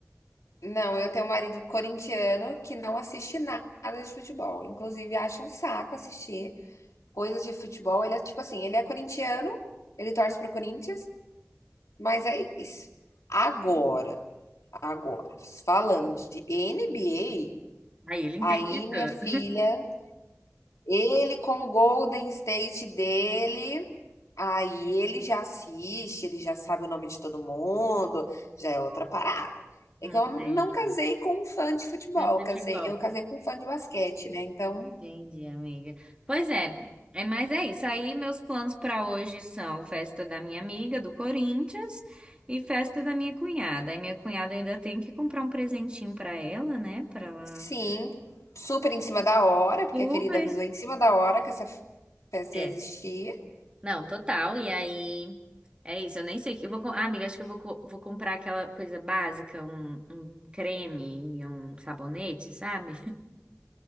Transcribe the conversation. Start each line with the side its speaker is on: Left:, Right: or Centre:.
Left: Não, eu tenho um marido corintiano que não assiste nada de futebol. Inclusive, acha um saco assistir coisas de futebol. Ele é tipo assim, ele é corintiano, ele torce pro Corinthians, mas é isso. Agora, agora, falando de NBA,
Right: Aí ele entende
Left: aí minha
Right: tudo.
Left: filha ele com o Golden State dele, aí ele já assiste, ele já sabe o nome de todo mundo, já é outra parada. É
Right: Entendi.
Left: que eu não casei com um fã de futebol,
Right: De futebol.
Left: eu casei, eu casei com um fã de basquete, né? Então,
Right: Entendi, amiga. Pois é, é, mas é isso. Aí meus planos para hoje são festa da minha amiga do Corinthians e festa da minha cunhada. E minha cunhada ainda tem que comprar um presentinho para ela, né? Para ela.
Left: sim, super em cima da hora, porque
Right: Super.
Left: a querida avisou em cima da hora que essa festa
Right: É.
Left: ia existir.
Right: Não, total. E aí é isso. Eu nem sei o que eu vou, com- ah, amiga, acho que eu vou, co- vou comprar aquela coisa básica, um, um creme e um sabonete, sabe? <laughs>